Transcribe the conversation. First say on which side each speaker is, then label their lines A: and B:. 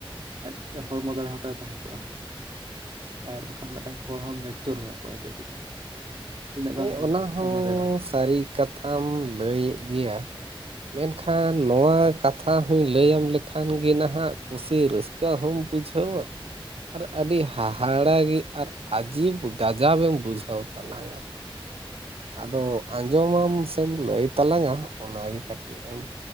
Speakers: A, on the right (about 65°); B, on the right (about 85°).
A: ᱟᱡ ᱦᱚᱲᱢᱚ ᱫᱟᱲᱮ ᱦᱚᱸᱛᱟᱭ ᱛᱟᱦᱮᱸ ᱠᱚᱜᱼᱟ ᱟᱨ ᱵᱟᱠᱷᱟᱱ ᱢᱤᱫᱴᱟᱝ ᱦᱚᱲ ᱦᱚᱸ ᱢᱮᱪᱳᱨ ᱧᱚᱜ ᱠᱚᱜᱼᱟᱭ ᱠᱟᱹᱴᱤᱡ ᱛᱤᱱᱟᱹᱜ
B: ᱦᱮᱸ
A: ᱜᱟᱱ
B: ᱚᱱᱟ ᱦᱚᱸ
A: ᱩᱢᱮᱨ ᱨᱮ
B: ᱥᱟᱹᱨᱤ ᱠᱟᱛᱷᱟᱢ ᱞᱟᱹᱭᱮᱫ ᱜᱮᱭᱟ ᱢᱮᱱᱠᱷᱟᱱ ᱱᱚᱣᱟ ᱠᱟᱛᱷᱟ ᱦᱚᱧ ᱞᱟᱹᱭᱟᱢ ᱞᱮᱠᱷᱟᱱ ᱜᱮ ᱱᱟᱦᱟᱜ ᱠᱩᱥᱤ ᱨᱟᱹᱥᱠᱟᱹ <unintelligible> ᱦᱚᱢ ᱵᱩᱡᱷᱟᱹᱣᱟ ᱟᱨ ᱟᱹᱰᱤ ᱦᱟᱦᱟᱲᱟᱜ ᱜᱮ ᱟᱨ ᱟᱹᱡᱤᱵᱽ ᱜᱟᱡᱟᱵ ᱮᱢ ᱵᱩᱡᱷᱟᱹᱣ ᱛᱟᱞᱟᱝᱟ ᱟᱫᱚ ᱟᱸᱡᱚᱢᱟᱢ ᱥᱮᱢ ᱞᱟᱹᱭ ᱛᱟᱞᱟᱝᱟ ᱚᱱᱟᱜᱮ ᱠᱟᱹᱴᱤᱡ ᱮᱢ